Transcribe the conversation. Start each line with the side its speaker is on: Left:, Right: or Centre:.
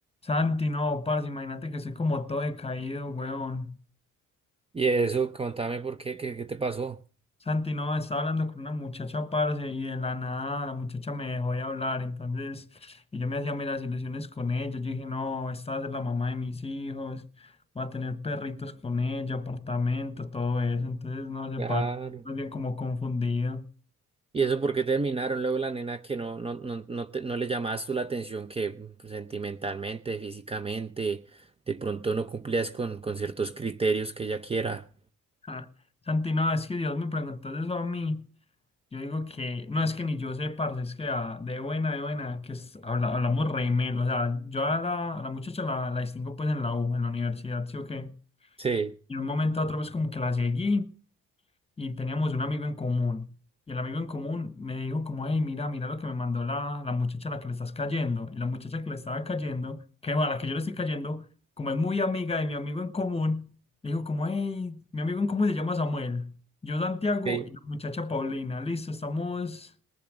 Left: Santi, no, parce, imagínate que soy como todo decaído, weón.
Right: Y eso, contame por qué, qué, qué te pasó.
Left: Santi, no, estaba hablando con una muchacha, parce, y de la nada la muchacha me dejó de hablar, entonces, y yo me hacía meras ilusiones con ella, yo dije, no, esta va a ser la mamá de mis hijos, voy a tener perritos con ella, apartamento, todo eso, entonces, no sé,
Right: Claro.
Left: parce, más bien como confundido. <laughs>
Right: Y eso, por qué terminaron luego la nena que no, no, no, no, te- no le llamabas tú la atención, que pues, sentimentalmente, físicamente, de pronto no cumplías con, con ciertos criterios que ella quiera.
Left: Ja. Santi, no, es que Dios me preguntó eso a mí, Yo digo que, no es que ni yo sé, parce, es que ah, de buena, de buena, que es- habla- hablamos re melo, o sea, yo a la, a la muchacha la, la distingo pues en la U, en la universidad, sí o qué,
Right: Sí,
Left: y de un momento a otro pues como que la seguí y teníamos un amigo en común, y el amigo en común me dijo como, hey, mira, mira lo que me mandó la, la muchacha a la que le estás cayendo, y la muchacha que le estaba cayendo, que bueno, a la que yo le estoy cayendo, como es muy amiga de mi amigo en común, le dijo como, hey, mi amigo en común se llama Samuel, yo Santiago
Right: sí.
Left: y la muchacha Paulina, listo, estamos...